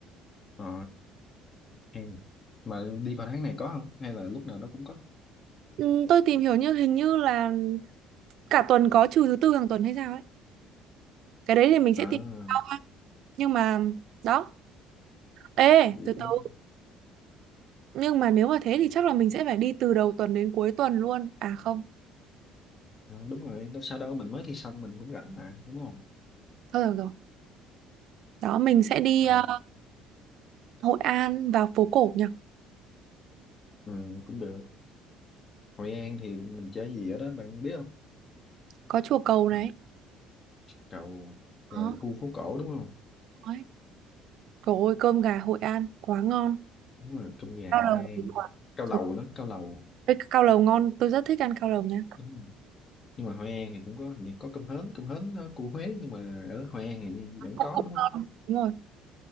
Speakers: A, on the left (about 25°); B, on the right (about 55°).
A: ờ hay nhỉ. mà đi vào tháng này có không hay là lúc nào nó cũng có
B: Ừ, tôi tìm hiểu như hình như là cả tuần có trừ thứ tư hàng tuần hay sao ấy cái đấy thì mình sẽ
A: à
B: tìm sau nhưng mà đó ê
A: vậy
B: từ
A: cũng
B: từ nhưng mà nếu mà thế thì chắc là mình sẽ phải đi từ đầu tuần đến cuối tuần luôn à không
A: à, đúng rồi đâu sao đâu mình mới thi xong mình cũng rảnh mà đúng không
B: thôi được rồi đó mình sẽ đi
A: ờ
B: ờ, Hội An vào phố cổ nhỉ
A: ừ, cũng được Hội An thì mình chơi gì ở đó bạn biết không
B: có chùa Cầu này
A: không cầu rồi
B: đó
A: khu phố cổ đúng không
B: đấy. trời ơi cơm gà Hội An quá ngon
A: đúng rồi cơm gà
B: cao
A: Hội
B: lầu
A: An
B: thì quá
A: cao
B: Trời
A: lầu nữa cao lầu
B: ơi, cao lầu ngon tôi rất thích ăn cao lầu nha
A: đúng rồi nhưng mà Hội An thì cũng có thì có cơm hến cơm hến ờ, của Huế nhưng mà ở Hội An thì vẫn
B: cũng
A: có
B: cũng
A: đúng không
B: ngon đúng rồi